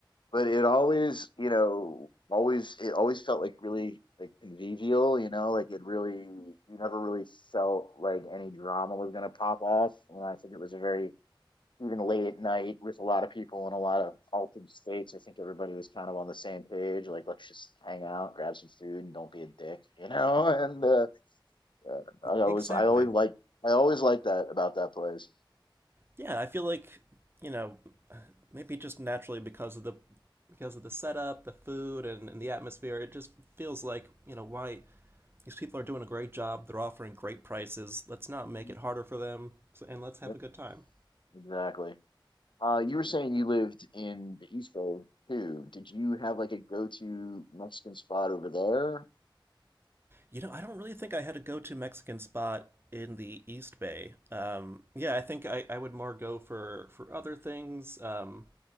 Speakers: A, on the left; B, on the right.
A: but it always, you know, always it always felt like really like convivial, you know, like it really you never really felt like any drama was gonna pop off. And I think it was a very even late at night with a lot of people in a lot of altered states, I think everybody was kind of on the same page, like let's just hang out, grab some food and don't be a dick, you know? <laughs> And uh yeah, I always,
B: Exactly.
A: I always like, I always like that about that place.
B: yeah, I feel like you know maybe just naturally because of the because of the setup, the food, and, and the atmosphere, it just feels like you know why these people are doing a great job. They're offering great prices. Let's not
A: Mhm.
B: make it harder for them, so- and let's have
A: Yep,
B: a good time.
A: exactly. Uh, you were saying you lived in the East Bay too. Did you have like a go-to Mexican spot over there?
B: You know, I don't really think I had a go-to Mexican spot in the East Bay. Um, yeah, I think I, I would more go for for other things. Um,